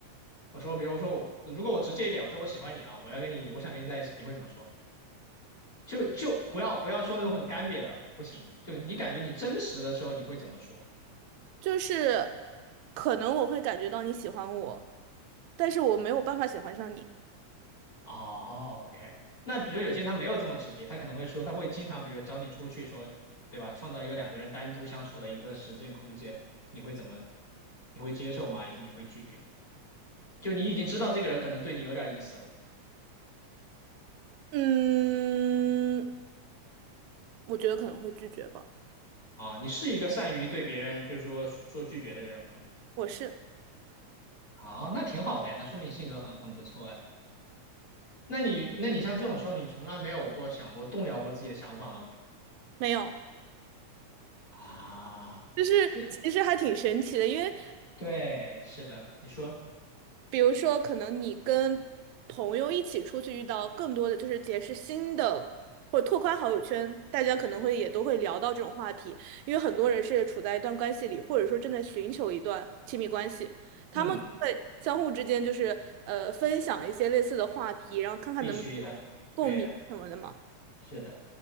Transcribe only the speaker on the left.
我说，比如说如果我直接一点，我说我喜欢你啊，我要跟你，我想跟你在一起，你会怎么说？就就不要不要说那种很干瘪的，不行。就你感觉你真实的时候，你会怎么说？
哦，OK。那比如说有些人他没有这么直接，他可能会说，他会经常比如找你出去说，对吧？创造一个两个人单独相处的一个时间空间，你会怎么？你会接受吗？还是你会拒绝？就你已经知道这个人可能对你有点意思了
啊，你是一个善于对别人就是说说拒绝的人吗？
好，那挺好的哎，那说明你性格很很不错哎。那你，那你像这种时候，你从来没有过想过动摇过自己的想法吗？
啊，
那
对，是的，你说，
嗯，
必须的，对的，是的。